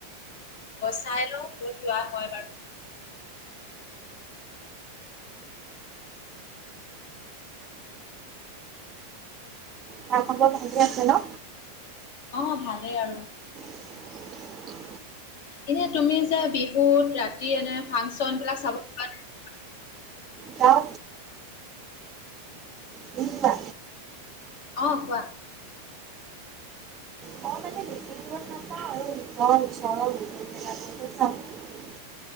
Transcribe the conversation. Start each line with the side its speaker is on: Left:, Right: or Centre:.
Left: চাই লও কত যোৱা হয় বাৰু
Right: তোমাৰ খবৰ ভালে আছে ন।
Left: অ ভালেই আৰু
Right: <unintelligible>
Left: এনে তুমি যে বিহুত ৰাতি এনে ফাংচন বিলাক চাব লগা নাই?
Right: যাও তুমি যোৱা
Left: অ কোৱা।
Right: মই মানে বেছি দূৰত <unintelligible>